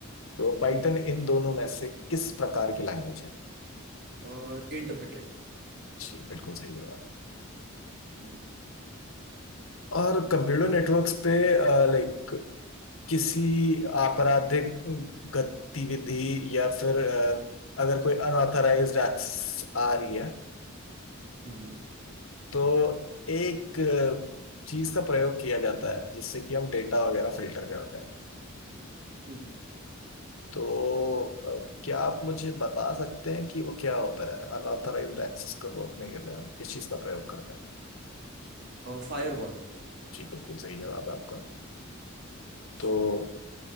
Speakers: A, on the left; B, on the right.
A: तो पाइथन
B: हम्म
A: इन दोनों में से किस प्रकार की लैंग्वेज है
B: और इंटरप्रेटेड
A: जी बिल्कुल सही जवाब
B: हम्म
A: और कंप्यूटर नेटवर्क्स पे लाइक किसी आपराधिक गतिविधि या फिर अ, अगर कोई अनऑथराइज्ड एक्सेस आ रही है
B: हम्म
A: तो एक चीज का प्रयोग किया जाता है जिससे कि हम डेटा वगैरह फिल्टर करते हैं
B: हम्म
A: तो अ, क्या आप मुझे बता सकते हैं कि वो क्या होता है अनऑथराइज्ड एक्सेस को रोकने के लिए हम किस चीज का प्रयोग करते हैं
B: फायरवॉल
A: जी बिल्कुल सही जवाब है आपका तो
B: शुक्रिया